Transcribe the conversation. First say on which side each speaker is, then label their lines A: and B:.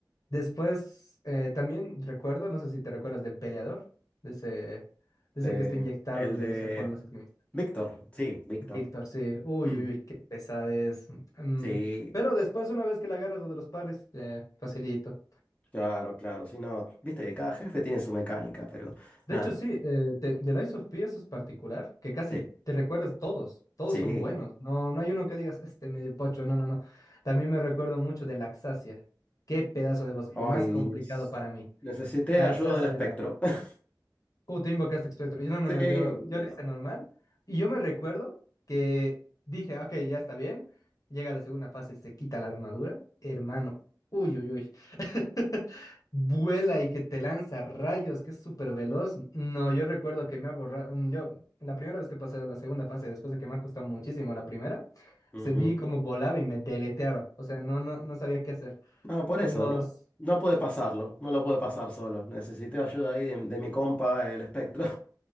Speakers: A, on the left; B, on the left.
A: Después, eh, también recuerdo, no sé si te recuerdas del peleador, de ese, de ese
B: De-
A: que está inyectado
B: el
A: de
B: de
A: los, por los alquimistas.
B: Víctor. Sí, Víctor.
A: Víctor, sí. Uy,
B: <clears throat>
A: uy, uy, qué pesadez. Mm,
B: Sí,
A: pero después, una vez que la agarras lo de los parries, eh, facilito.
B: claro, claro. Sí, no. Viste que cada jefe tiene su mecánica, pero
A: De
B: nada.
A: hecho, sí, eh, te- The Lies of P eso es particular, que casi
B: Sí,
A: te recuerdas todos. Todos
B: sí.
A: son buenos. No, no hay uno que digas, este medio pocho. No, no, no. También me recuerdo mucho de Laxacia. Qué pedazo de voz. El
B: Hoy
A: más complicado
B: día.
A: para mí.
B: Necesité
A: Laxacia.
B: ayuda del espectro. <laughs>
A: Uh, tú invocaste espectro. Yo, no, no,
B: Sí.
A: no, yo, yo
B: no.
A: le hice normal. Y yo me recuerdo que dije, "Ah, ok, ya está bien. Llega la segunda fase, se quita la armadura. Hermano, uy, uy, uy. <laughs> Vuela y que te lanza rayos, que es súper veloz. No, yo recuerdo que me ha borrado. mm, Yo, la primera vez que pasé a la segunda fase, después de que me ha costado muchísimo la primera,
B: Ujú.
A: se vi como volaba y me deleteaba. O sea, no, no, no sabía qué hacer.
B: No, por eso,
A: Un boss.
B: ¿no? No pude pasarlo. No lo pude pasar solo. Necesité ayuda ahí de, de mi compa, el espectro.